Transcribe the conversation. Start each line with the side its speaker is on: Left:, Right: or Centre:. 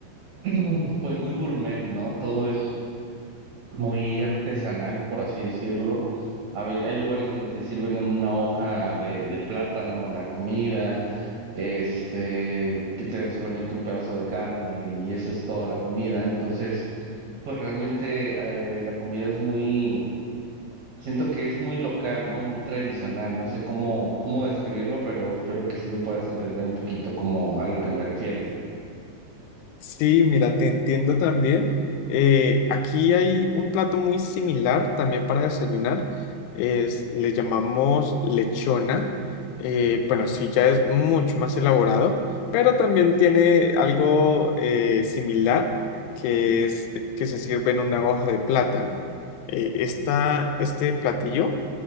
Right: <clears throat> pues muy gourmet, ¿no? Todo es muy artesanal, por así decirlo. A ve- hay lugares donde te sirven en una hoja de, de plátano la comida, este, que te dan solamente un pedazo de carne y esa es toda la comida. Entonces, pues realmente eh, la comida es muy Siento que es muy local, ¿no? Muy tradicional. No sé cómo, cómo describirlo, pero espero que sí me puedas entender un poquito como a lo que me refiero.
Left: Sí, mira, te entiendo también. Eh, aquí hay un plato muy similar también para desayunar. Es, le llamamos lechona. Eh, bueno, sí, ya es mucho más elaborado, pero también tiene algo eh, similar que es que se sirve en una hoja de plátano. Eh, esta- este platillo